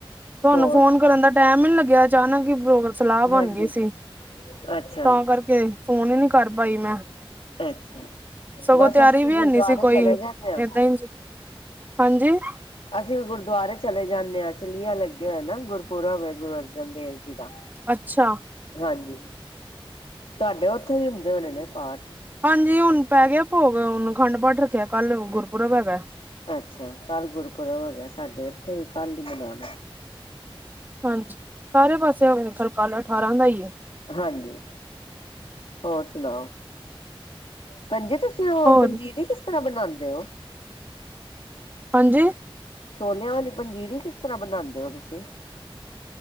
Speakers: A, on the right; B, on the left.
A: ਤੁਆਨੂੰ
B: ਹੋਰ
A: ਫੋਨ ਕਰਨ ਦਾ ਟਾਈਮ ਈ ਨੀ ਲੱਗਿਆ ਅਚਾਨਕ ਪ੍ਰੋਗ ਸਲਾ
B: ਹਾਂਜੀ
A: ਬਣ ਗੀ ਸੀ,
B: ਅੱਛਾ
A: ਤਾਂ ਕਰਕੇ ਫੋਨ ਈ ਨੀ ਕਰ ਪਾਈ ਮੈਂ।
B: ਅੱਛਾ
A: ਸਗੋਂ
B: ਬਸ
A: ਤਿਆਰੀ
B: ਅਸੀਂ
A: ਵੀ
B: ਗੁਰਦੁਆਰੇ
A: ਹੈਨੀ ਸੀ ਕੋਈ
B: ਚਲੇ ਜਾਂਦੇ ਹਾਂ
A: ਏਦਾਂ ਈ, ਹਾਂਜੀ?
B: ਅਸੀਂ ਗੁਰਦੁਆਰੇ ਚਲੇ ਜਾਂਨੇ ਆ ਚਲੀਆ ਲੱਗਿਆ ਹੋਆ ਨਾ, ਗੁਰਪੁਰਵ ਏ ਗੁਰੂ ਅਰਜਨ ਦੇਵ ਜੀ ਦਾ।
A: ਅੱਛਾ
B: ਹਾਂਜੀ, ਤੁਆਡੇ ਉੱਥੇ ਵੀ ਹੁੰਦੇ ਹੋਣੇ ਨੇ ਪਾਠ।
A: ਹਾਂਜੀ ਹੁਣ ਪੈ ਗਿਆ ਭੋਗ ਹੁਣ ਖੰਡ ਪਾਠ ਰੱਖਿਆ ਕੱਲ ਗੁਰਪੁਰਵ ਹੈਗਾ।
B: ਅੱਛਾ, ਕੱਲ੍ਹ ਗੁਰਪੁਰਬ ਹੈਗਾ ਸਾਡੇ ਇੱਥੇ ਵੀ ਕੱਲ ਈ ਮਨਾਣਾ।
A: ਹਾਂਜੀ, ਸਾਰੇ ਪਾਸੇ ਹੋਏ ਖਲ ਕਲ ਅਠਾਰਾਂ ਦਾ ਈ ਐ।
B: ਹਾਂਜੀ, ਹੋਰ ਸੁਣਾਓ ਪੈਨਜੀ ਤੁਸੀਂ ਤੇ ਓ,
A: ਹੋਰ
B: ਪੰਜੀਰੀ ਕਿਸ ਤਰ੍ਹਾਂ ਬਣਾਂਦੇ ਓ।
A: ਹਾਂਜੀ?
B: ਛੋਲਿਆਂ ਵਾਲੀ ਪੰਜੀਰੀ ਕਿਸ ਤਰ੍ਹਾਂ ਬਣਾਂਦੇ ਓ ਤੁਸੀਂ।